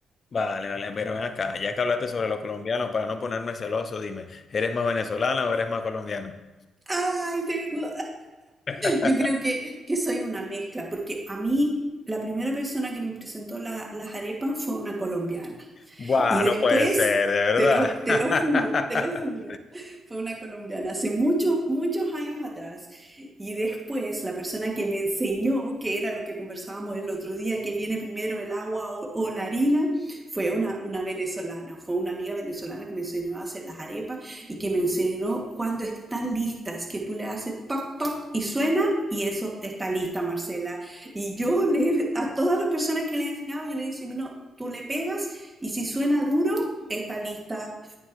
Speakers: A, on the left (about 50°); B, on the right (about 20°).
A: Vale, vale, pero ven acá, ya que hablaste sobre los colombianos, para no ponerme celoso, dime, ¿eres más venezolana o eres más colombiana?
B: Ay, tengo,
A: <laughs>
B: Yo creo que, que soy una mezcla, porque a mí la primera persona que me presentó la- las arepas fue una colombiana.
A: Buah,
B: Y después,
A: Puede ser, de verdad.
B: te lo, te lo juro, te lo juro,
A: <laughs>
B: fue una colombiana hace muchos, muchos años atrás. Y después, la persona que me enseñó, que era lo que conversábamos el otro día, que viene primero el agua o, o la harina, fue una, una venezolana, fue una amiga venezolana que me enseñó a hacer las arepas y que me enseñó cuando están listas, que tú le haces toc, toc y suena y eso está lista, Marcela. Y yo le, a todas las personas que le he enseñado, yo le decía, no, tú le pegas y si suena duro, está lista.